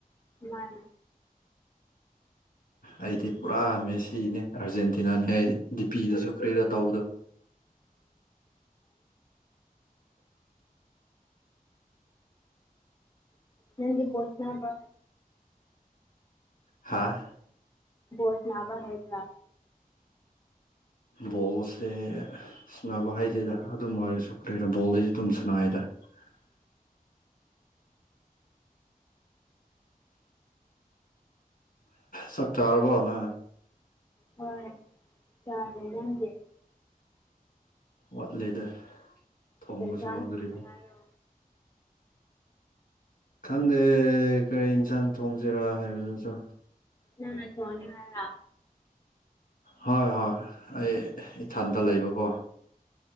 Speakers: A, on the left; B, on the left.
A: ꯃꯥꯅꯤ
B: ꯑꯩꯗꯤ ꯄꯨꯔꯥ ꯍꯥꯝꯃꯦ ꯁꯤꯅꯤ ꯑꯥꯔꯖꯦꯟꯇꯤꯅꯥꯅꯦ ꯑꯩ ꯄꯤꯗꯁꯨ ꯀꯔꯤꯗ ꯇꯧꯕꯗꯣ
A: ꯅꯪꯒꯤ ꯄꯣꯁꯅ
B: ꯍꯥꯥ <inaudible>
A: ꯣꯁꯅꯥꯕ ꯍꯥꯏꯦꯖ꯭ꯔ <inaudible>
B: ꯕꯣꯜꯁꯦ ꯁꯅꯕ ꯍꯥꯏꯗꯦꯗ ꯑꯗꯨꯝ ꯑꯣꯏꯔꯁꯨ ꯀꯔꯤꯔꯥ ꯕꯣꯜꯗꯩꯁꯨ ꯑꯗꯨꯝ ꯁꯥꯟꯅꯏꯗ <unintelligible> <inaudible> ꯆꯛꯇꯥꯔꯔꯕꯣꯅ
A: ꯍꯣꯏ ꯆꯥꯂꯦ ꯌꯥꯪꯒꯦ
B: ꯋꯥꯠꯂꯤꯦꯗ ꯊꯣꯡꯕꯁꯨ
A: ꯀꯩ ꯏꯟꯖꯥꯡ
B: ꯍꯧꯗ꯭ꯔꯤꯗ
A: ꯊꯣꯡꯅꯤ ꯍꯥꯏꯔꯣ
B: ꯈꯪꯗꯦ ꯀꯔꯤ ꯌꯦꯟꯁꯥꯡ ꯊꯣꯡꯁꯤꯔꯥ ꯍꯥꯏꯕꯗꯨꯁꯨ
A: ꯑ ꯁꯣꯅꯤꯉꯔ
B: ꯍꯣꯏ ꯍꯣꯏ ꯑꯩ ꯏꯊꯟꯇ
A: ꯍꯣꯏ
B: ꯂꯩꯕꯀꯣ